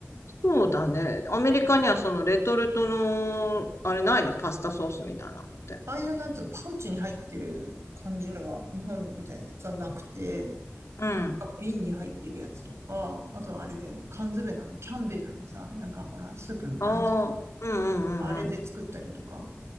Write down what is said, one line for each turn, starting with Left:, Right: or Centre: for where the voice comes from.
Left: そうだね。アメリカにはそのレトルトの、あれないのパスタソースみたいなのって。
Right: ああいうなんつうの、パウチに入ってる感じのは、日本みたいなやつはなくて、
Left: うん。
Right: 瓶に入ってるやつとか、あとはあれだよね、缶詰のキャンベルのさ、なんかほら、スープみたいなのあんじ
Left: ああ、うんうんうんうん。
Right: ゃんあれで作ったりとか、